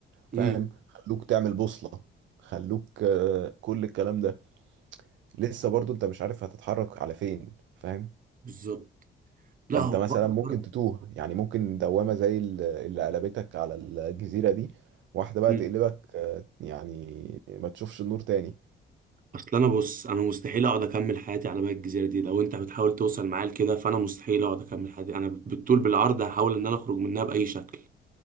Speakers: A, on the right; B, on the right.
A: امم
B: فاهم خلوك تعمل بوصلة خلوك آه، كل الكلام ده لسه برضو انت مش عارف هتتحرك على فين فاهم
A: بالظبط لا
B: فانت
A: هو
B: مثلا
A: اكتر
B: ممكن تتوه يعني ممكن دوامة زي ال- اللي قلبتك على الجزيرة دي واحدة بقى
A: مم.
B: تقلبك آه، يعني ما تشوفش النور تاني
A: اصل انا بص انا مستحيل اقعد اكمل حياتي على بقى الجزيره دي لو انت بتحاول توصل معايا لكده فانا مستحيل اقعد اكمل حياتي انا بالطول بالعرض هحاول ان انا اخرج منها باي شكل